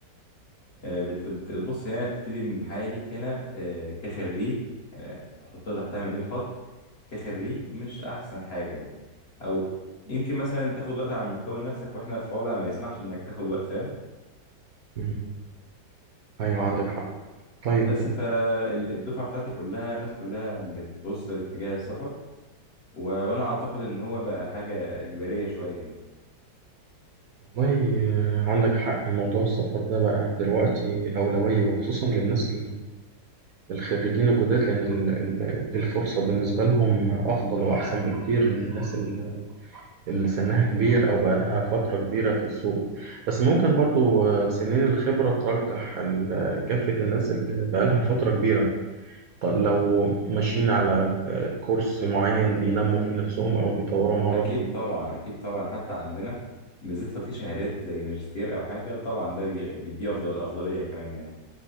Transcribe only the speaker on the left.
آه، بت- بت- بص هي تبتدي ان الحياه ليك هنا آه، كخريج يعني تحطها تحتها مليون خط كخريج مش احسن حاجه يعني او يمكن مثلا تاخد وقت على ما تكون نفسك واحنا في وضع ما يسمحش انك تاخد وقت فاهم
بس فالدفعه بتاعتي كلها الناس كلها بتبص لاتجاه السفر و... وانا اعتقد ان هو بقى حاجه اجباريه شويه يعني
اكيد طبعا اكيد طبعا حتى عندنا بالذات لو في شهادات زي ماجستير او حاجه طبعا ده بي- بيديه افضل افضليه كمان يعني